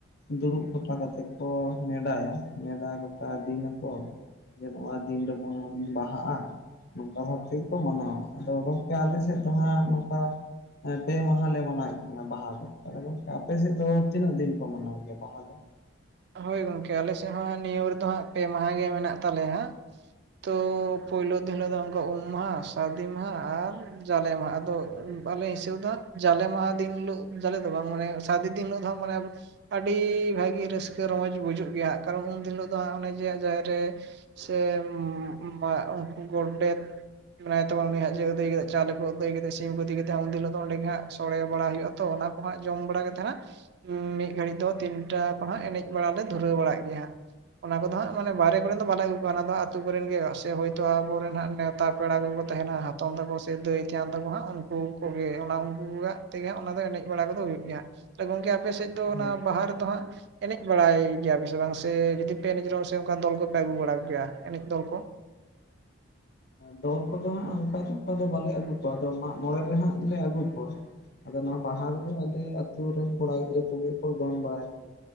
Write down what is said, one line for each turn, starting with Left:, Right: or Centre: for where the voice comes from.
Left: ᱫᱩᱲᱩᱵ ᱜᱚᱴᱟ ᱠᱟᱛᱮᱜ ᱠᱚ ᱱᱮᱰᱟᱭᱟ, ᱱᱮᱰᱟ ᱜᱚᱴᱟ ᱫᱤᱱ ᱟᱠᱠᱚ ᱾ ᱡᱮ ᱱᱚᱣᱟ ᱫᱤᱱ ᱨᱮᱵᱚᱱ ᱵᱟᱦᱟᱜᱼᱟ, ᱱᱚᱝᱠᱟ ᱵᱷᱟᱵ ᱛᱮ ᱜᱮ ᱠᱚ ᱢᱟᱱᱟᱣᱟ, ᱟᱫᱚ ᱜᱚᱝᱠᱮ ᱟᱞᱮ ᱥᱮᱫ ᱫᱚ ᱱᱚᱝᱠᱟ ᱯᱮ ᱢᱟᱦᱟᱞᱮ ᱢᱟᱱᱟᱣᱮᱫ ᱠᱟᱱᱟ ᱵᱟᱦᱟ ᱫᱚ ᱟᱫᱚ ᱜᱚᱝᱠᱮ ᱟᱯᱮ ᱥᱮᱫ ᱫᱚ, ᱛᱤᱱᱟᱹᱜ ᱫᱤᱱ ᱠᱚ ᱢᱟᱱᱟᱣ ᱜᱮᱭᱟ ᱵᱟᱦᱟ ᱫᱚ?
Right: ᱦᱳᱭ ᱜᱚᱝᱠᱮ ᱟᱞᱮ ᱥᱮᱫ ᱦᱚᱸ ᱱᱤᱭᱟᱹ ᱨᱮᱫᱚ ᱦᱟᱸᱜ ᱯᱮ ᱢᱟᱦᱟ ᱜᱮ ᱢᱮᱱᱟᱜ ᱛᱟᱞᱮᱭᱟ ᱦᱟᱸᱜ ᱾ ᱛᱚ ᱯᱳᱭᱞᱩ ᱫᱤᱱ ᱦᱤᱞᱳᱜ ᱫᱚ ᱚᱱᱠᱟ ᱩᱸᱢ ᱢᱟᱦᱟ, ᱥᱟᱹᱨᱫᱤ ᱢᱟᱦᱟ, ᱟᱨ ᱡᱟᱞᱮ ᱢᱟᱦᱟ ᱟᱫᱚ ᱵᱟᱞᱮ ᱦᱤᱥᱟᱹᱣ ᱮᱫᱟ ᱡᱟᱞᱮ ᱢᱟᱦᱟ ᱫᱤᱱ ᱦᱤᱞᱳᱜ ᱡᱟᱞᱮ ᱫᱚ ᱵᱟᱝ ᱢᱟᱱᱮ ᱥᱟᱫᱤ ᱫᱤᱱ ᱦᱤᱞᱳᱜ ᱫᱚ ᱢᱟᱱᱮ ᱟᱹᱰᱤ ᱵᱷᱟᱜᱤ ᱨᱟᱹᱥᱠ ᱠᱟᱹ ᱨᱚᱢᱚᱡᱽ ᱵᱩᱡᱩᱜ ᱜᱮᱭᱟᱜ ᱠᱟᱨᱱ ᱩᱱ ᱦᱤᱞᱳᱜ ᱫᱚ ᱦᱟᱸᱜ ᱚᱱᱮ ᱡᱮ ᱡᱟᱦᱮᱨ ᱨᱮ, ᱥᱮ ᱩᱸᱢᱻᱟ ᱩᱱᱠᱩ ᱜᱚᱰᱮᱛ ᱢᱮᱱᱟᱭ ᱛᱟᱵᱚᱱ ᱩᱱᱤ ᱦᱟᱸᱜ ᱡᱮ ᱟᱹᱫᱟᱹᱭ ᱠᱟᱛᱮ, ᱪᱟᱣᱞᱮ ᱠᱚ ᱟᱹᱫᱟᱹᱭ ᱠᱟᱛᱮ, ᱥᱤᱢ ᱠᱚ ᱤᱫᱤ ᱠᱟᱛᱮ ᱩᱱ ᱦᱤᱞᱳᱜ ᱫᱚ ᱚᱸᱰᱮ ᱜᱮ ᱦᱟᱸᱜ ᱥᱚᱲᱮ ᱵᱟᱲᱟ ᱦᱩᱭᱩᱜ-ᱟ ᱛᱚ ᱚᱱᱟᱼᱼ ᱦᱳᱼᱟ ᱡᱚᱢ ᱵᱟᱲᱟ ᱜᱮᱛ ᱛᱟᱦᱮᱱᱟ ᱢᱤᱫ ᱜᱷᱟᱹᱲᱤᱡ ᱫᱚ ᱛᱤᱱᱴᱟ ᱠᱷᱚᱱ ᱦᱟᱜ ᱮᱱᱮᱡ ᱵᱟᱲᱟ ᱞᱮ ᱫᱷᱩᱨᱟᱹᱣ ᱵᱟᱲᱟᱜ ᱜᱮᱭᱟ ᱦᱟᱸᱜ᱾ ᱚᱱᱟ ᱠᱚᱫᱚ ᱦᱟᱸᱜ ᱢᱟᱱᱮ ᱵᱟᱨᱮ ᱠᱚᱨᱮᱱ ᱫᱚ ᱵᱟᱞᱮ ᱟᱹᱜᱩ ᱠᱚᱣᱟ ᱚᱱᱟ ᱫᱚ ᱟᱹᱛᱩ ᱠᱚᱨᱮᱱ ᱜᱮ ᱥᱮ ᱦᱳᱭᱛᱳ ᱟᱵᱚᱨᱮᱱ ᱦᱟᱸᱜ ᱱᱮᱣᱛ ᱛᱟ ᱯᱮᱲᱟ ᱠᱚᱠᱚ ᱛᱟᱦᱮᱸᱱᱟ ᱦᱟᱯ ᱛᱚᱢ ᱛᱟᱹᱠᱚ ᱥᱮ ᱫᱟᱹᱭ ᱛᱮᱭᱟᱝ ᱛᱟᱠᱚ ᱦᱟᱸᱜ ᱩᱱᱠᱩ ᱠᱚ ᱜᱮ ᱚᱱᱟ ᱩᱱᱠᱩᱣᱟᱜ ᱛᱮᱜᱮ ᱦᱟᱸᱜ ᱚᱱᱟ ᱫᱚ ᱮᱱᱮᱡ ᱵᱟᱲᱟ ᱠᱚᱫᱚ ᱦᱩᱭᱩᱜ ᱜᱮᱭᱟᱼᱟ᱾ ᱜᱚᱢᱠᱮ ᱟᱯᱮ ᱥᱮᱫ ᱫᱚ
Left: ᱦᱳᱭ
Right: ᱚᱱᱟ ᱵᱟᱦᱟ ᱨᱮ ᱫᱚ ᱦᱟᱸᱜ ᱮᱱᱮᱡ ᱵᱟᱲᱟᱭ ᱜᱮᱭᱟᱭᱯᱮ ᱥᱮ ᱵᱟᱝ ᱥᱮ ᱡᱩᱫᱤ ᱯᱮ ᱮᱱᱮᱡ ᱨᱮᱦᱚᱸ ᱥᱮ ᱚᱱᱠᱟ ᱫᱚᱞ ᱠᱚᱯᱮ ᱜᱩ ᱵᱟᱲᱟ ᱠᱮᱭᱟ ᱮᱱᱮᱡ ᱫᱚᱞ ᱠᱚ
Left: ᱫᱚᱞ ᱠᱚᱫᱚ ᱦᱟᱸᱜ ᱚᱱᱠᱟ ᱫᱚ ᱚᱱᱠᱟ ᱫᱚ ᱵᱟᱞᱮ ᱟᱹᱜᱩ ᱠᱚᱣᱟ ᱢᱟᱜ ᱢᱚᱬᱮ ᱨᱮᱦᱟᱸᱜ ᱞᱮ ᱟᱹᱜᱩ ᱠᱚᱣᱟ, ᱟᱫᱚ ᱱᱚᱣᱟ ᱵᱟᱦᱟ ᱜᱮ ᱟᱞᱮ ᱟᱹᱛᱩ ᱨᱮᱱ ᱠᱚᱲᱟ ᱜᱤᱫᱽᱨᱟᱹ ᱠᱚᱜᱮ ᱠᱚ ᱫᱚᱱ ᱵᱟᱲᱟᱭᱼᱮᱫ,